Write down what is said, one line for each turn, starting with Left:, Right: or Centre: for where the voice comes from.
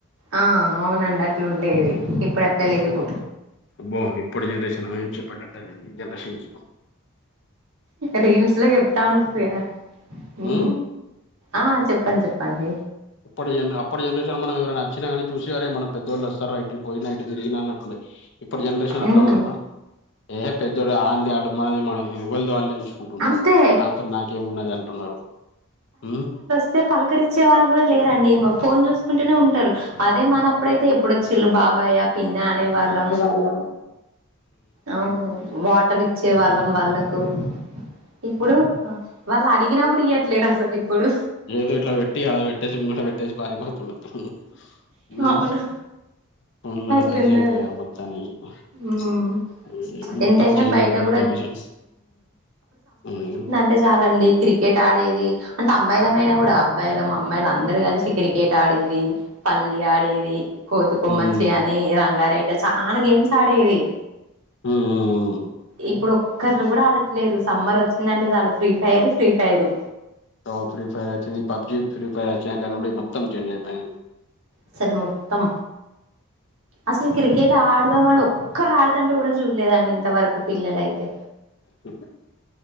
Right: ఆ అవునండి అట్లా ఉండేది ఇప్పుడు అట్లా లేవు
Left: అబ్బో ఇప్పుడు జనరేషన్ చెప్పేటట్టలేదు ఈ జనరేషన్కి
Right: రీల్స్ లో చెప్తాంటారు కదా ఉ
Left: ఉమ్
Right: ఆ చెప్పండి చెప్పండి
Left: ఇప్పటి జన్ అప్పటి జనరేషన్ మనం ఎరైనా వచ్చినాగానీ చూసి అరే మన పెద్దళ్ళ వస్తారు రా నైటు పోయినైటు తిరిగిన అన్నట్లు ఉండా ఇప్పుటి జనరేషన్ అట్లా
Right: ఉమ్
Left: ఉండదు ఏహే పెద్దోడు ఆంగ ఆడు మనది మనం ఎవ్వల్ది వాళ్ళే చూసుకుంటున్నారు
Right: అంతే
Left: అంతల నాకేమున్నది అంటున్నారు హ్మ్
Right: అయితే పలకరిచ్చే వాళ్ళు కూడా లేరండి ఫోన్ చూసుకుంటునే ఉంటారు అదే మనప్పుడైతే ఎప్పుడొచ్చిళ్ళు బాబాయ్య పిన్న అనేవాళ్ళం
Left: అలా
Right: అవును వాటర్ ఇచ్చే వాళ్ళం వాళ్ళ కూ ఇప్పుడు వాళ్ళు అడిగినా కూడా ఇయ్యట్లేరు అసలు ఇప్పుడు
Left: ఏదో ఇట్లా పెట్టి అడ పెట్టేసి ముంగట పెట్టేసి పారిపోతున్నరు హ్మ్
Right: అవును
Left: ఫోన్లలలో
Right: అట్లున్నారు
Left: బిజీ అయిపోయారు <unintelligible>
Right: ఉమ్
Left: మొత్తం
Right: ఎంతైనా
Left: చేంజ్
Right: బయట
Left: అయిపోయింది
Right: కూడా
Left: జనరేషన్స్ హ్మ్
Right: టే చాలండి క్రికెట్ ఆడేది అంటే అమ్మాయిలు మైయినా కూడా అబ్బాయిలు అమ్మాయిలు అందరు కలిసి క్రికెట్ ఆడేది పల్లి ఆడేది కోతు కోమచ్చి
Left: ఉమ్
Right: నే రంగారయిట చానా గేమ్స్ ఆడేది
Left: హ్మ్ హ్మ్ హ్మ్
Right: ఇప్పుడు ఒక్కరులు కూడా ఆడట్లేదు సమ్మర్ వచ్చిందంటే చాలు ఫ్రీ ఫైరు ఫ్రీ ఫైరు
Left: తో ఫ్రీ ఫైర్ వచ్చింని పబ్జి ఫ్రీ ఫైర్ వచ్చినా కా నుండి మొత్తం చేంజ్ అయిపోయింది
Right: అసలు మొత్తం అసలు క్రికెట్ ఆడదామను ఒక్కరు ఆడుతా ఉంటే కూడా చూడలేదాండి ఇంతవరకు పిల్లలైతే
Left: అ